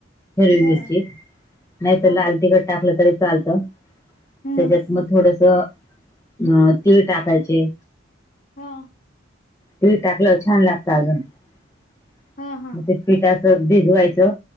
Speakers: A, on the left (about 15°); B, on the left (about 50°).
A: हिरवी
B: बरं.
A: मिरची. नाहीतर
B: हा.
A: लाल तिखट टाकलं तरी चालतं.
B: हम्म.
A: त्याच्यात मग थोडसं, अ तीळ टाकायचे.
B: हा
A: तीळ टाकल्यावर छान लागत अजून. <inaudible>
B: हा हा.
A: मग ते पीठ असं भिजवायचं